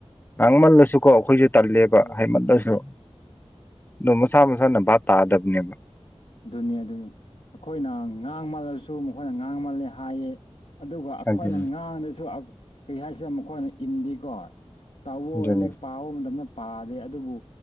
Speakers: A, on the left (about 20°); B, on the left (about 70°).
A: ꯉꯥꯡꯃꯜꯂꯁꯨ ꯀꯣ ꯑꯩꯈꯣꯏꯁꯨ ꯇꯜꯂꯦꯕ
B: ꯍꯣꯏ
A: ꯍꯥꯏꯃꯜꯂꯁꯨ ꯑꯗꯣ ꯃꯁꯥ ꯃꯁꯥꯅ ꯚꯥꯞ ꯇꯥꯗꯕꯅꯦꯕ
B: ꯑꯗꯨꯅꯤ ꯑꯗꯨꯅꯤ ꯑꯩꯈꯣꯏꯅ ꯉꯥꯡꯃꯜꯂꯁꯨ ꯃꯈꯣꯏꯅ ꯉꯥꯡ ꯃꯥꯜꯂꯦ ꯍꯥꯏꯌꯦ ꯑꯗꯨꯒ ꯑꯩꯈꯣꯏꯅ
A: ꯑꯗꯨ
B: ꯉꯥꯡꯗꯁꯨ ꯀꯔꯤ ꯍꯥꯏꯁꯤꯦ ꯃꯈꯣꯏꯅ ꯏꯟꯗꯤꯦꯀꯣ ꯇꯋ
A: ꯑꯗꯨꯅꯤ
B: ꯂꯤꯛ ꯄꯥꯕ ꯃꯇꯝꯗ ꯄꯥꯗꯦ ꯑꯗꯨꯕꯨ